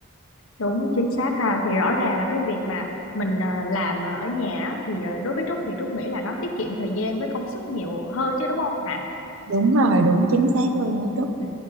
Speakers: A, on the left; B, on the right.
A: đúng chính xác ha thì rõ ràng là cái việc mà mình ờ, làm ờ, ở nhà á, thì ờ, đối với Trúc thì Trúc nghĩ là nó tiết kiệm thời gian với công sức nhiều hơn chứ đúng không hả
B: đúng rồi đúng chính xác luôn đó Trúc
A: ừ